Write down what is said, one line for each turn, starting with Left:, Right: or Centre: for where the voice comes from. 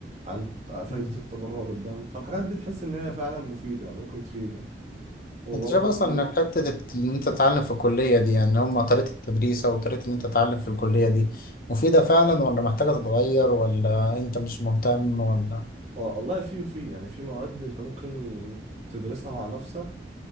Right: عن فايده
Left: مم.
Right: التبرع بالدم فالحاجات دي تحس ان هي فعلا مفيده يعني ممكن تفيدك وبرضه
Left: انت شايف اصلا ان حته الت- ان انت تتعلم في الكليه دي يعني هم طريقه التدريس او طريقه ان انت تتعلم في الكليه دي مفيده فعلا ولا محتاجه تتغير ولا انت مش مهتم ولا
Right: والله في وفي يعني في مواد انت ممكن تدرسها مع نفسك